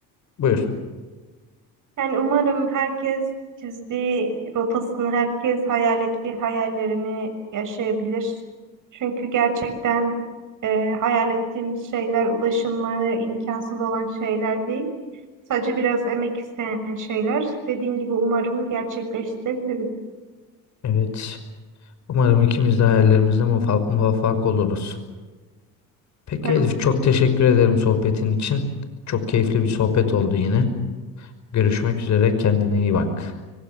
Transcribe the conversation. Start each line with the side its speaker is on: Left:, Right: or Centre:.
Left: buyur.
Right: Yani umarım herkes çizdiği rotasını, herkes hayal ettiği hayallerini yaşayabilir. Çünkü gerçekten e, hayal ettiğimiz şeyler ulaşılmaya imkansız olan şeyler değil. Sadece biraz emek isteyen şeyler. Dediğin gibi umarım gerçekleştirebiliriz.
Left: Evet. Umarım ikimiz de hayallerimizde muvaffak, muvaffak oluruz. Peki
Right: Umarım.
Left: Elif çok teşekkür ederim sohbetin için. Çok keyifli bir sohbet oldu yine. Görüşmek üzere. Kendine iyi bak.